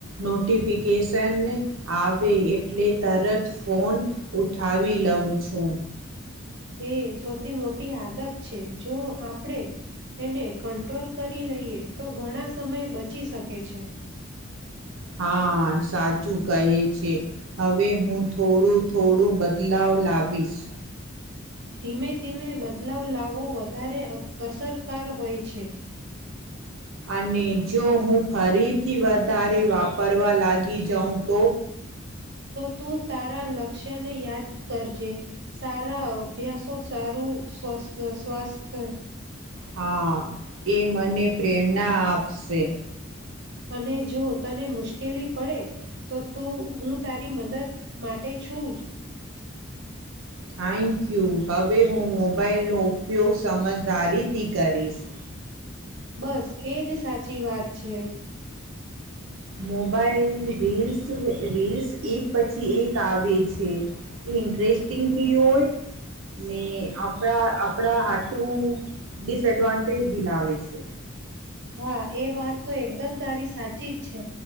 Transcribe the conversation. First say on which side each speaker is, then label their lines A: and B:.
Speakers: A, on the right; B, on the right.
A: નોટિફિકેશન આવે એટલે તરત ફોન ઉઠાવી લઉં છું.
B: એ સૌથી મોટી આદત છે જો આપણે એને કંટ્રોલ કરી લઈએ તો ઘણા સમય બચી શકે છે.
A: હા સાચું કહે છે. હવે હું થોડું થોડું બદલાવ લાવીશ.
B: ધીમે ધીમે બદલાવ લાવવો વધારે અસ અસરકાર હોય છે.
A: અને જો હું ફરીથી વધારે વાપરવા લાગી જાઉં તો?
B: તો તું તારા લક્ષ્યને યાદ કરજે. સારા અભ્યાસો, સારું સ્વા શ્વાસ્થ
A: હા એ મને પ્રેરણા આપશે.
B: અને જો તને મુશ્કેલી પડે તો તું હું તારી મદદ માટે છું જ.
A: Thank you. હવે હું મોબાઈલનો ઉપયોગ સમજદારીથી કરીશ.
B: બસ એજ સાચી વાત છે.
A: મોબાઈલ રીલ્સ રીલ્સ એક પછી એક આવે છે એ ઇન્ટરેસ્ટિંગ બી હોય ને આપણા આપણા આટું ડિસએડવાન્ટેજ બી લાવે છે.
B: હા એ વાત તો એકદમ તારી સાચી જ છે.